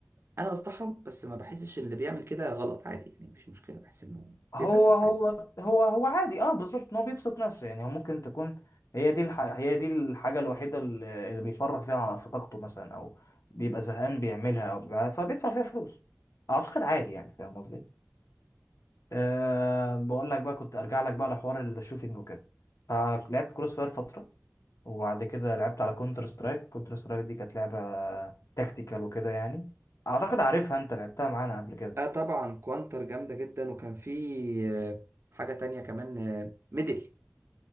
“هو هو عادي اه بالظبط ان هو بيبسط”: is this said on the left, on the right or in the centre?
Left